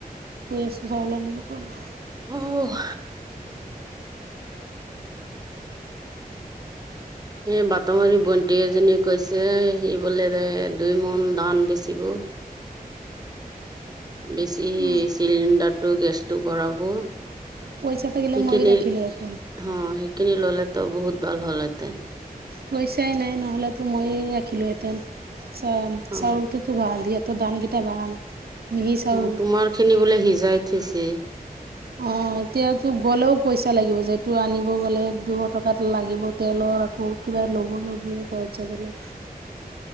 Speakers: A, on the right (about 90°); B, on the right (about 25°).
A: কৈ আছোঁ চাউল আনিব, ক না।
B: অ' এই বাটামাৰী ভণ্টি এজনী কৈছে সি বোলে দুই মন ধান বেচিব। বেছি সি
A: অঁ
B: চিলিণ্ডাৰটো গেছটো ভৰাব।
A: পইচা থাকিলে
B: সেইখিনি
A: মৰি <unintelligible> ৰাখিলো আপ
B: অ', সেইখিনি ল'লেতো বহুত ভাল হ'ল হেঁতেন।
A: পইচাই নাই নহ'লেতো ময়ে ৰাখিলো হেঁতেন চ-
B: অ
A: চাউলটো ভাল ইয়াতো দাম কেইটা ভাল। মিহি চাউল
B: অ', তোমাৰ খিনি বোলে সিজাই থৈছে।
A: অ', এতিয়াতো গ'লেও পইচা লাগিব, যেটো আনিব গ'লে এক দুশ টকাত লাগিব। তেলৰ আকৌ কিবা ল'ব লাগবো ঘৰত যাবলে।
B: <unintelligible>